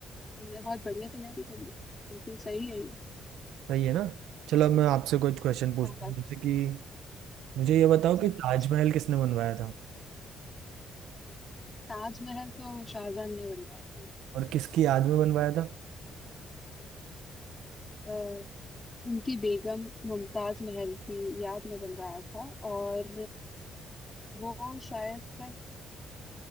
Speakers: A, on the left; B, on the right.
A: तुमने बहुत बढ़िया तैयारी करी है। बिल्कुल सही है ये।
B: सही है ना चलो अब मैं आपसे कुछ क्वेश्चन पूछता
A: हाँ हाँ
B: हूँ जैसे कि मुझे ये बताओ कि
A: चलो
B: ताजमहल
A: कुछ
B: किसने बनवाया था
A: ताजमहल तो शाहजहां ने बनवाया था
B: और किसकी याद में बनवाया था
A: अ, उनकी बेगम मुमताज महल की याद में बनवाया था और वो शायद तक